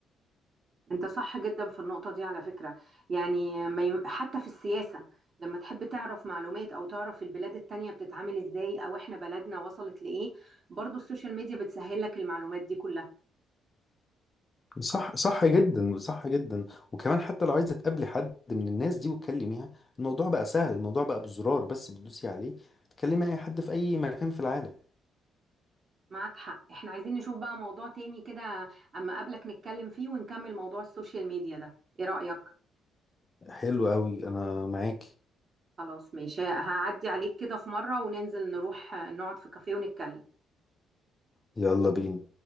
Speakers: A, on the right; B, on the left.
A: انت صح جدا في النقطه دي على فكره يعني ما يم- حتى في السياسه لما تحب تعرف معلومات او تعرف البلاد التانية بتتعامل ازاي او احنا بلدنا وصلت لايه برضو السوشيال ميديا بتسهل لك المعلومات دي كلها
B: صح صح جدا صح جدا وكمان حتى لو عايزه تقابلي حد من الناس دي وتكلميها الموضوع بقى سهل الموضوع بقى بزرار بس بتدوسي عليه تكلمي اي حد في اي مكان في العالم
A: معك حق احنا عايزين نشوف بقى موضوع تاني كده اما اقابلك نتكلم فيه ونكمل موضوع السوشيال ميديا ده ايه رأيك
B: حلو قوي انا معاك
A: خلاص ماشي هعدي عليك كده في مرة وننزل نروح آه، نقعد في كافيه ونتكلم
B: يلا بينا